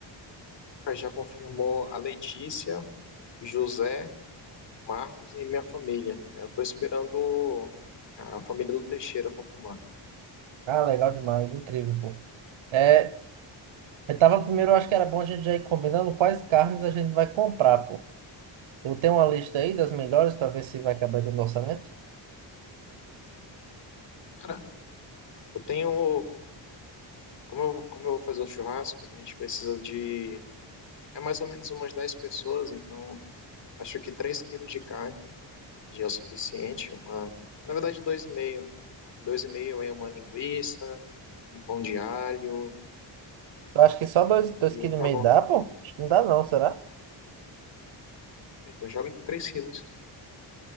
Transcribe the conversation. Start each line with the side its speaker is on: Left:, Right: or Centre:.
Left: Ah, Já confirmou a Letícia, José, Marcos e minha família, né? Eu tô esperando a família do Teixeira confirmar.
Right: Ah, legal demais, incrível, pô. É, eu tava primeiro, eu acho que era bom a gente já ir combinando quais carnes a gente vai comprar, pô. Eu tenho uma lista aí das melhores pra ver se vai acabar dentro do orçamento.
Left: Cara, eu tenho... Como eu, como eu vou fazer o churrasco, a gente precisa de... É mais ou menos umas 10 pessoas, então acho que 3 quilos de carne já é o suficiente. Uma, na verdade, dois dois e meio, dois e meio é uma linguiça, um pão de alho
Right: Eu acho que só dois, dois
Left: e
Right: quilos
Left: o carvão
Right: e meio dá,
Left: também.
Right: pô? Acho que não dá não, será?
Left: Então joga 3 quilos.